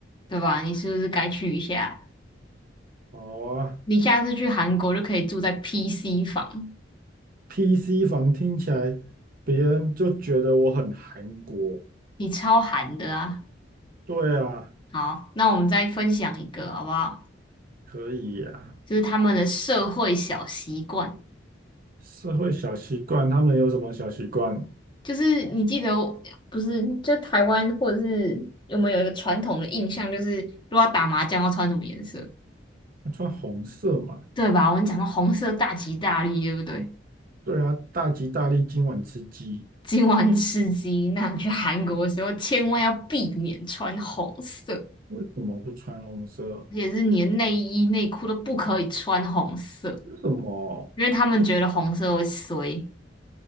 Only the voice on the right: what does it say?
好啊。
PC 房听起来，别人就觉得我很韩国。
对啊，
可以呀、
社会小习惯，他们有什么小习惯？
穿红色嘛。
对啊，大吉大利，今晚吃鸡。
为什么不穿红色？
为什么